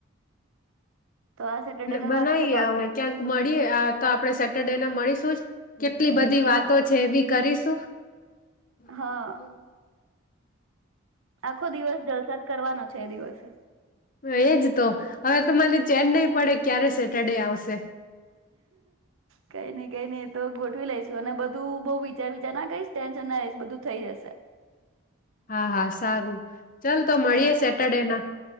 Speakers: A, on the right; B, on the left.
A: તો આ સેટરડે નું
B: બનાવીએ
A: રાખીએ પાકું
B: હવે ક્યાંક મળીએ તો આપણેે સેટરડે ને મળીશું જ કેટલી બધી
A: હા
B: વાતો છે એ બી કરીશું
A: હા
B: પોોતી
A: આખો દિવસ જલસાત કરવાનો છે એ દિવસે
B: એજ તો હવે તમારે ચેન્નઈ પડે ક્યારે સેટરડે આવશે
A: કઈ નઈ કઈ નઈ એતો ગોઠવી લઈશુ અને બધું બઉ વિચાર વિચાર ના કઈશ ટેન્શન ના રઈશ બધું થઈ જશે
B: હા હા સારું ચાલ તો મળીએે
A: હો
B: સેટરડે ના